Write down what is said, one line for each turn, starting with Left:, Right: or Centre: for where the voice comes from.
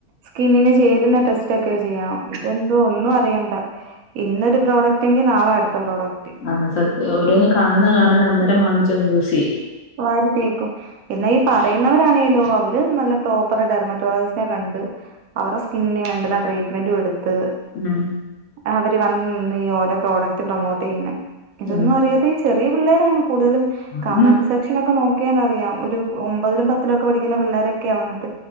Right: സ്കിന്നിന് ചേര്ന്ന ടെസ്റ്റ് ഒക്കെ ചെയ്യണം ഇതെന്തോ ഒന്നും അറിയണ്ട ഇന്നൊരു പ്രോഡക്റ്റ് എങ്കി നാളെ അടുത്ത പ്രോഡക്റ്റ്
Left: ആഹ് സത്യ ഓരോന്ന് കാണുന്ന കാണുന്ന അന്നേരം വാങ്ങിച്ചങ് യൂസ് ചെയ്യ
Right: വാരിത്തേക്കും എന്നാ ഈ പറയുന്നവരാണേലോ അവര് നല്ല പ്രോപ്പർ ഡെർമറ്റോളജിസ്റ്റിനെ കണ്ട് അവറെ സ്കിന്നിന് വേണ്ടുന്ന ട്രീറ്റ്മെന്റും എടുത്ത്
Left: ഉം
Right: അവര് വന്നിന്ന് ഈ ഓരോ പ്രോഡക്ട് പ്രൊമോട്ട് ചെയ്യുന്നെ ഇതൊന്നും
Left: ഉം ഉം
Right: അറിയാതെ ചെറിയ പിള്ളേരാണ് കൂടുതലും കമന്റ്
Left: ആണ്
Right: സെക്ഷൻ ഒക്കെ നോക്കിയാൻ അറിയാം ഒരു ഒമ്പതിലും പത്തിലും ഒക്കെ പഠിക്കുന്ന പിള്ളേരൊക്കെയാ വന്നിട്ട്